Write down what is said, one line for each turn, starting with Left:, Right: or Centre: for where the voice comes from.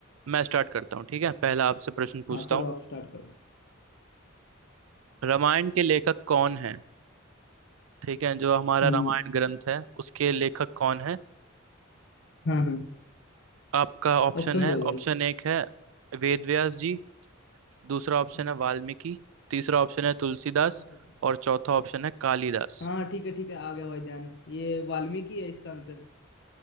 Right: मैं स्टार्ट करता हूँ ठीक है पहला आपसे प्रश्न पूछता
Left: हाँ करो
Right: हूँ
Left: आप स्टार्ट करो
Right: रामायण के लेखक कौन है ठीक है जो हमारा
Left: हम्म,
Right: रामायण ग्रंथ है उसके लेखक कौन है
Left: हाँ हाँ
Right: आपका ऑप्शन
Left: ऑप्शन
Right: है
Left: दो
Right: ऑप्शन
Left: भाई
Right: एक है वेद व्यास जी दूसरा ऑप्शन
Left: हाँ।
Right: है वाल्मीकि तीसरा ऑप्शन है तुलसीदास
Left: अच्छा अच्छा
Right: और चौथा ऑप्शन है कालिदास
Left: हाँ ठीक है ठीक है आ गया भाई ध्यान ये वाल्मीकि है इसका आंसर